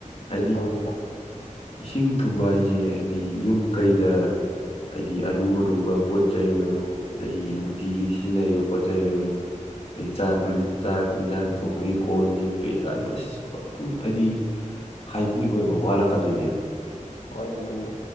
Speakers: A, on the left (about 50°); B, on the left (about 70°).
A: ꯍꯥꯏꯗꯤ
B: ꯇꯧꯗꯅ
A: ꯏꯁꯤꯡ ꯊꯨꯝꯕ ꯍꯥꯏꯁꯦ ꯍꯥꯏꯕꯗꯤ ꯌꯨꯝ ꯀꯩꯗ ꯍꯥꯏꯗꯤ ꯑꯔꯨ ꯑꯔꯨꯕ ꯄꯣꯠ ꯆꯩꯩ ꯑꯣꯏꯔꯣ ꯑꯗꯗꯒꯤ ꯅꯨꯡꯇꯤꯒꯤ ꯁꯤꯖꯤꯟꯅꯔꯤꯕ ꯄꯣꯠ ꯆꯩꯩ ꯑꯣꯏꯔꯣ ꯑꯩꯩ ꯆꯥꯛ ꯆꯥꯛ ꯌꯦꯟꯖꯥꯡ ꯊꯣꯡꯕꯒꯤ ꯀꯣꯟꯍꯜꯂꯤꯛ ꯀꯩꯀꯥ ꯂꯣꯏ ꯄꯊꯨꯝ ꯍꯥꯏꯗꯤ ꯍꯥꯏꯖꯤꯅꯤꯛ ꯑꯣꯏꯕ ꯋꯥꯠꯂꯛꯀꯗꯣꯏꯅꯦꯕ
B: ꯍꯣꯏ ꯑꯗꯨꯅꯤ